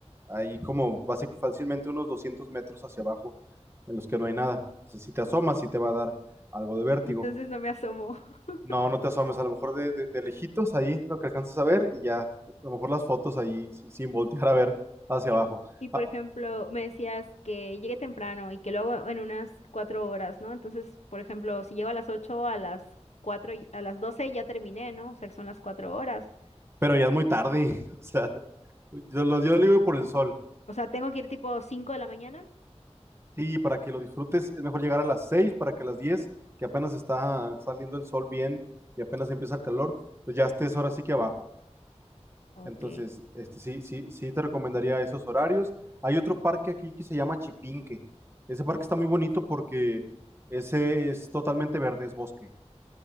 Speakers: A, on the right (about 20°); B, on the left (about 75°).
A: ahí como básic- fácilmente unos 200 metros hacia abajo, en los que no hay nada. Entonces, si te asomas, sí te va a dar algo de vértigo.
B: Entonces no me asomo. <laughs>
A: No, no te asomes, a lo mejor de, de- de lejitos ahí lo que alcanzas a ver y ya, a lo mejor las fotos ahí sin, sin voltear a ver hacia
B: Y,
A: abajo.
B: y, por
A: Ah,
B: ejemplo, me decías que llegue temprano y que lo hago en unas cuatro horas, ¿no? Entonces, por ejemplo, si llego a las ocho, a las cuatro, y- a las doce ya terminé, ¿no? O sea, que son las cuatro horas.
A: pero ya es muy tarde, <laughs> o sea, yo lo yo digo por el sol.
B: O sea, tengo que ir tipo 5 de la mañana.
A: Sí, para que lo disfrutes es mejor llegar a las 6 para que a las 10 que apenas está saliendo el sol bien y apenas empieza el calor, pues ya estés ahora sí que abajo.
B: Ok.
A: Entonces, este, sí, sí, sí te recomendaría esos horarios. Hay otro parque aquí que se llama Chipinque. Ese parque está muy bonito porque ese es totalmente verde, es bosque.